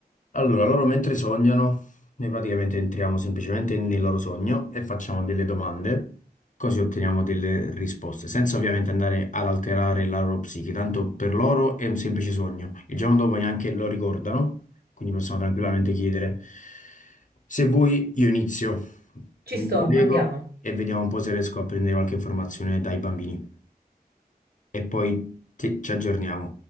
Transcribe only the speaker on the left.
Allora, loro mentre sognano, noi praticamente entriamo semplicemente nel loro sogno e facciamo delle domande, così otteniamo delle risposte, senza ovviamente andare ad alterare la loro psiche, tanto per loro è un semplice sogno. Il giorno dopo neanche lo ricordano, quindi possiamo tranquillamente chiedere, se vuoi io inizio,
mi
collego
e vediamo un po' se riesco a prendere qualche informazione dai bambini e poi ti- ci aggiorniamo.